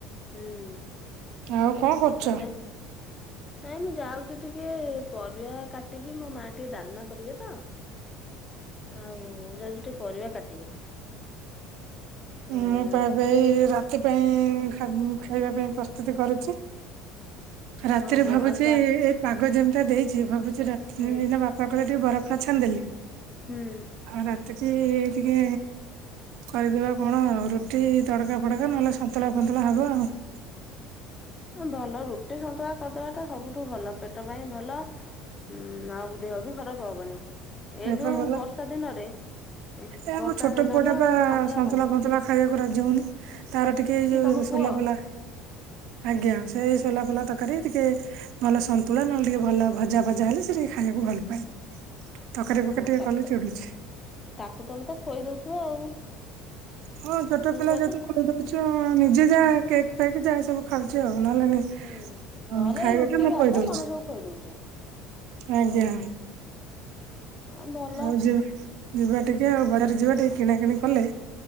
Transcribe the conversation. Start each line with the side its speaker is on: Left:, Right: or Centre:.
Left: ହୁଁ
Right: ଆଉ କଣ
Left: ସକାଳେ
Right: କରୁଛ?
Left: ଯାଏ ନାଇଁ, ମୁଁ ଯାଉଛି ଟିକେ, ପରିବା କାଟିବି ମୋ, ମାଁ ଟିକେ ଡାଲମା କରିବେ ତ? ଆଉ ଯଦି ତୁ ପରିବା କାଟିବି। ହୁଁ
Right: ମୁଁ ପା ଏବେଇ ରାତି ପାଇଁ ଖାଇବା ପାଇଁ ପ୍ରସ୍ତୁତି କରୁଛି। ରାତିରେ
Left: ଓହୋ
Right: ଭାବୁଛି
Left: ଆଉ ଚା
Right: ଏପା ଗ ଯେମିତା ଦେଇଛି ଭାବୁ ସେ ରାତି ଦିଦି
Left: ହୁଁ
Right: ଦିନ ବାପା କଲେ ଟିକେ ବରା ବାଛନ୍ତୀନି।
Left: ହୁଁ।
Right: ଆଉ ରାତି କି-ଇ ଟିକେ କରିଦେବା। କଣ ରୁଟି ତଡକା ଫଡକା ନହେଲେ ସନ୍ତୁଳା ଫନ୍ତୁ <unintelligible>
Left: ଭଲ ରୁ ରୁଟି ସନ୍ତୁଳା କଦୁବା ଟା ସବୁଠୁ ଭଲ ପେଟ ପାଇଁ ଭଲ। ହୁଁ ଆଉ ଦେହ ବି ଖରାପ ହବନି
Right: ଦେହ
Left: ଏ
Right: ପାଇଁ
Left: ଯୋଉ
Right: ଭଲ
Left: ବର୍ଷା ଦିନରେ ଉଁ
Right: ଏ ଆମ
Left: ବର୍ଷା
Right: ଛୋଟ
Left: ଦିନରେ
Right: ପୁଅ ଟା ବା
Left: ସନ୍ତୁଳା
Right: ସନ୍ତୁଲା
Left: ଭଲ
Right: ଫନ୍ତୁଲା ଖାଇବାକୁ ରାଜି ହଉନି। ତାର ଟିକେ ଏଇ
Left: କିଏ
Right: ଯୋଉ
Left: ତମ
Right: ସୋଲାପୋଲା
Left: ପୁଅ
Right: ଆଜ୍ଞା ସେଇ ସୋଲା ଫୁଲା ତରକାରୀ ଟିକେ ଭଲ ସନ୍ତୁଳନ ହେଲେ ଟିକେ ଭଲ ଭଜା ଫଜା ହେଲେ ସେ ଟିକେ ଖାଇବାକୁ ଭଲ ପାଏ। ତରକାରୀ
Left: ଓହୋ
Right: ଫକାରି ଟେ
Left: ତାକୁ
Right: କଲେ
Left: ତ
Right: ଚିଡୁଛି।
Left: ତାକୁ ତମେ ତ ଖୁଇଦଉଥିବ ଆଉ।
Right: ହଁ ଛୋଟ ପିଲା
Left: ଛୁଆ ଟା
Right: ଯେହେତୁ ଖୁଆଇଦଉଛି ଆଉ ନିଜେ ଯାହା କେକ୍ ଫେକ୍ ଯାହା ସବୁ ଖାଉଛି ଆଉ। ନହେଲେ
Left: ହୁଁ
Right: ହଁ
Left: ନହେଲେ
Right: ଖାଇବାଟା
Left: ଏଇ ରୁଟି
Right: ମୁଁ
Left: ଭାତ
Right: ଖୋଇଦଉଛି
Left: ତମେ ସବୁ ଖୁଆଇଦଉଛ
Right: ଆଜ୍ଞା
Left: ଉଁ ହଁ ହ ଭଲ।
Right: ଆଉ ଯିବା ଟିକେ ଆଉ ବଜାର ଯିବା ଟିକେ କିଣା କିିଣି କଲେ